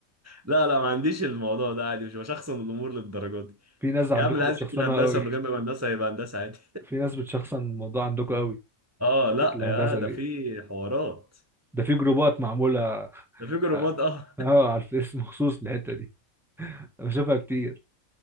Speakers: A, on the right (about 15°); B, in the centre.
A: لا لا ما عنديش الموضوع ده عادي مش بشخصن الامور للدرجه دي
B: في ناس عندكم
A: يا عم اللي
B: بتشخصنها
A: عايز يكون هندسه
B: قوي
A: من غير ما يبقى هندسه يبقى هندسه عادي
B: في ناس بتشخصن الموضوع عندكم قوي
A: اه
B: حتة
A: لا
B: الهندسة
A: يا ده
B: دي
A: في حوارات
B: ده في جروبات معمولة <laughs>
A: ده في جروبات اه
B: اه على الفيس مخصوص للحتة دي انا بشوفها كتير